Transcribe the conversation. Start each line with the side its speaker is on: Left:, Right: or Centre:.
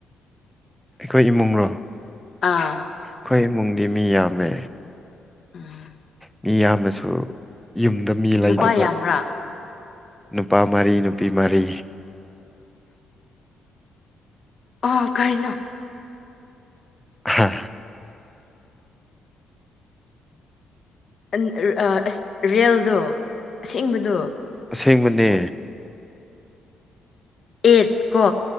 Centre: ꯑꯩꯈꯣꯏ ꯏꯃꯨꯡꯔꯣ ꯑꯩꯈꯣꯏ
Left: ꯑꯥ
Centre: ꯏꯃꯨꯡꯗꯤ ꯃꯤ ꯌꯥꯝꯃꯦ
Left: ꯎꯝ
Centre: ꯃꯤ ꯌꯥꯝꯃꯁꯨ ꯌꯨꯝꯗ ꯃꯤ ꯂꯩꯗꯕ
Left: ꯅꯨꯄꯥ ꯌꯥꯝꯕ꯭ꯔꯥ
Centre: ꯅꯨꯄꯥ ꯃꯔꯤ ꯅꯨꯄꯤ ꯃꯔꯤ
Left: ꯑ ꯀꯥꯏꯅꯣ
Centre: ꯍꯥ
Left: ꯑꯟ ꯑꯔ ꯑ ꯑꯁ ꯔꯦꯜꯗꯣ ꯑꯁꯦꯡꯕꯗꯣ
Centre: ꯑꯁꯦꯡꯕꯅꯦ
Left: ꯑꯦꯠ ꯀꯣ